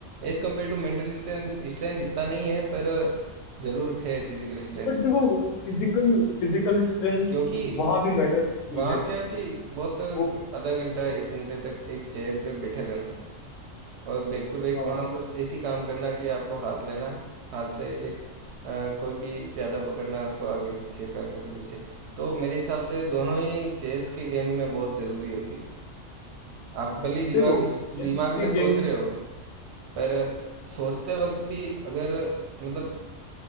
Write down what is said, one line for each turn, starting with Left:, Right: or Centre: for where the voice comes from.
Right: as compare to mental strength strength इतना नहीं है पर ज़रूर थे फिजिकल स्ट्रेंथ
Left: बट देखो
Right: की
Left: फिजिकल फिजिकल स्ट्रेंथ
Right: क्योंकि
Left: वहां भी मैटर करती
Right: वहाँ
Left: है
Right: क्या कि बहुत
Left: वो
Right: आधा घंटा एक घंटे तक एक चेयर पे बैठे रहना और बैक टू बैक
Left: हाँ
Right: वहाँ बस एक ही काम करना कि आपको हाथ लेना है हाथ से एक अ, कोई भी प्यादा पकड़ना है उसको आगे पीछे आगे पीछे तो मेरे हिसाब से दोनों ही चेस के गेम में बहुत ज़रूरी होती है आप भले ही दिमाग
Left: देखो चेस
Right: दिमाग
Left: के
Right: में सोच
Left: गेम
Right: रहे हो पर सोचते वक्त भी अगर मतलब